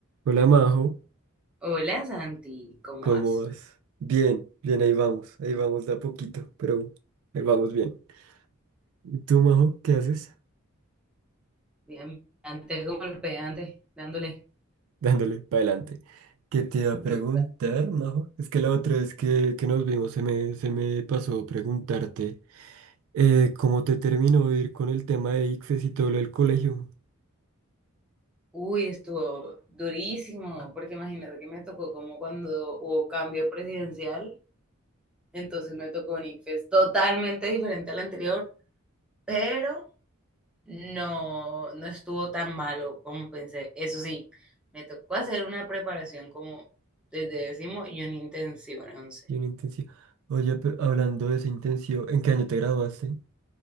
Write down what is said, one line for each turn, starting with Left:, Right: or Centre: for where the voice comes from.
Right: Hola Majo,
Centre: Hola Santi, ¿cómo
Right: ¿cómo
Centre: vas?
Right: vas? Bien, bien, ahí vamos, ahí vamos de a poquito, pero ahí vamos bien. ¿Y tú, Majo, qué haces?
Centre: Bien, antes como el pegante, dándole.
Right: <laughs> Dándole para adelante. ¿Qué te iba
Centre: dura.
Right: a preguntar, Majo? Es que la otra vez que, que nos vimos se me, se me pasó preguntarte eh, cómo te terminó de ir con el tema de ICFES y todo lo del colegio
Centre: Uy, estuvo durísimo, porque imagínate que me tocó como cuando hubo cambio presidencial, entonces me tocó un ICFES totalmente diferente al anterior, pero no, no estuvo tan malo como pensé. Eso sí, me tocó hacer una preparación como desde décimo y un intensivo en once.
Right: y en intensivo. Oye, pero hablando de ese intensivo, ¿en qué año te graduaste?